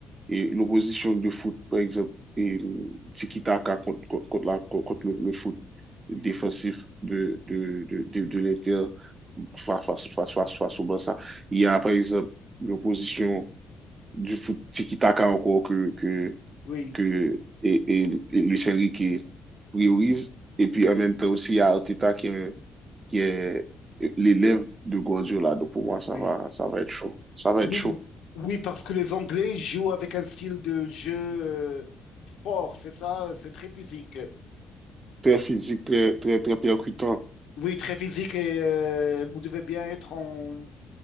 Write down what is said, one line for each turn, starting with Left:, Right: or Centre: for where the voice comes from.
Right: et l'opposition de foot, par exemple, et tiki-taka contre, contre, contre la- contre le, le foot. défensif
Left: oui.
Right: de, de, de, de, de l'Inter face, face, face, face face au Barça. Il y a, par exemple, l'opposition du foot tiki-taka encore que, que,
Left: Oui,
Right: que et, et, et Lucien Riquet priorise. Et puis, en même temps aussi, il y a Arteta qui est, qui est l'élève de Guardiola. Donc, pour moi, ça
Left: oui.
Right: va, ça va être chaud. Ça va
Left: Ou-
Right: être chaud.
Left: Oui, parce que les Anglais jouent avec un style de jeu euh, fort, c'est ça, c'est très physique.
Right: Très physique, très, très, très percutant.
Left: Oui, très physique et euh, vous devez bien être en,